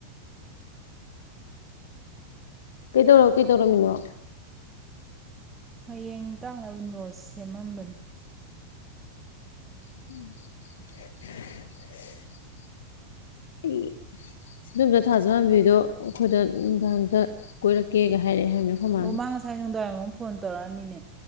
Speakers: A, on the left; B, on the right.
A: ꯀꯩꯗꯧꯔ ꯀꯩꯗꯧꯔꯝꯃꯤꯅꯣ
B: ꯍꯌꯦꯡ ꯇꯥꯛꯅꯕ ꯅꯣꯠ ꯁꯦꯝꯃꯝꯕꯅꯤ
A: ꯎ ꯑꯩ ꯁꯤꯂꯣꯝꯗ ꯊꯥꯖꯍꯝꯕꯤꯗꯣ ꯑꯩꯈꯣꯏꯗ ꯅꯨꯡꯗꯥꯡꯝꯇ ꯀꯣꯏꯔꯛꯀꯦꯒ ꯍꯥꯏꯔꯛꯑꯦ ꯍꯥꯏꯕꯅꯦ ꯑꯩꯈꯣꯏ ꯃꯥꯅ
B: ꯑꯣ ꯃꯥ ꯉꯁꯥꯏ ꯍꯗ ꯐꯣꯟ ꯇꯧꯔꯛꯑꯃꯤꯅꯦ